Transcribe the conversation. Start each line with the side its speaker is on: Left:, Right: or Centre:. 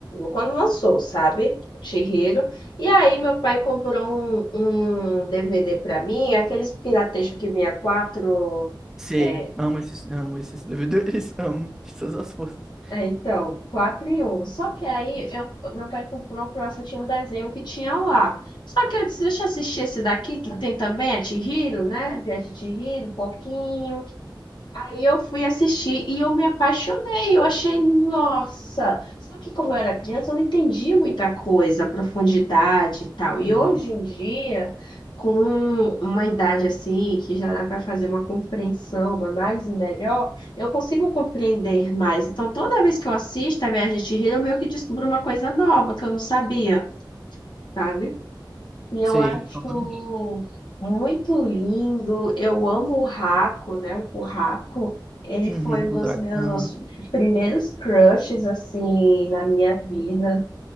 Left: quando lançou, sabe? Chihiro. E aí, meu pai comprou um, um DVD pra mim, aqueles piratejos que vinha quatro.
Centre: Sei.
Left: é,
Centre: Amo esses, amo esses DVDs. <laughs> Amo essas as forças.
Left: É, então, 4 e um. Só que aí eu, meu pai comprou pra eu assistir um desenho que tinha lá. Só que eu disse, deixa eu assistir esse daqui, que tem também a Chihiro, né? Viagem de Chihiro, Porquinho. Aí eu fui assistir e eu me apaixonei. Eu achei, nossa! Só que como eu era criança, eu não entendi muita coisa, a profundidade e tal. E
Centre: Uhum.
Left: hoje em dia, com uma idade assim, que já dá para fazer uma compreensão, uma análise melhor, eu consigo compreender mais. Então, toda vez que eu assisto a Viagem de Chihiro, eu meio que descubro uma coisa nova que eu não sabia, sabe? E eu
Centre: Sei.
Left: acho
Centre: Totalmente.
Left: muito lindo. Eu amo o Raco, né? O Curraco. Ele
Centre: Uhum,
Left: foi um dos
Centre: o dragão.
Left: meus primeiros crushes, assim, na minha vida.